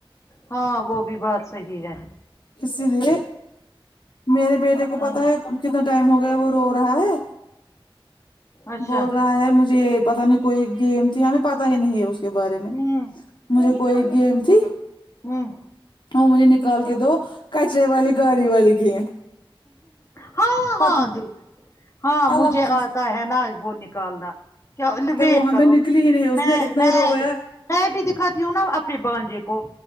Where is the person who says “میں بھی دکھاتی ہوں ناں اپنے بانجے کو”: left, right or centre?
Left